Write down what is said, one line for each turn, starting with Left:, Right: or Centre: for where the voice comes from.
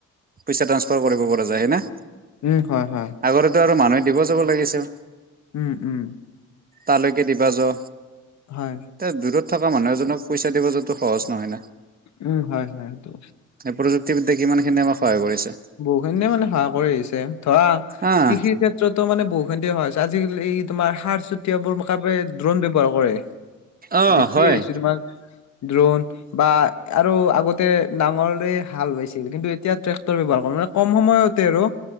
Right: পইচা ট্ৰান্সফাৰ কৰিব পৰা যায় হেনে।
Left: উম, হয়, হয়।
Right: আগতেই টো আৰু মানুহে দিব যাব লাগিছে।
Left: উম, উম।
Right: তালৈকে দিবা য।
Left: হয়।
Right: তে দূৰত থকা মানুহ এজনক পইচা দিব যোৱাটো সহজ নহয় না।
Left: উম, হয়, হয়, সেইটো।
Right: এই প্ৰযুক্তিবিদ্যাই কিমান খিনি আমাক সহায় কৰিছে।
Left: বহুখিনিয়ে মানে সহায় কৰি আহিছে ধৰা
Right: আহ
Left: কৃষিৰ ক্ষেত্ৰত টো মানে বহুখিনি <unintelligible> আজিকালি তোমাৰ সাৰ চ চতিয়াবৰ কাৰনে ড্ৰন ব্যৱহাৰ কৰে।
Right: অ'
Left: দেখি
Right: হয়
Left: আহিছোঁ তোমাৰ ড্ৰোন বা আৰু আগতে নাঙলৰে হাল বাইছিল কিন্তু এতিয়া ট্ৰেক টৰ ব্যৱহাৰ কৰে মানে ক'ম সময়তে আৰু।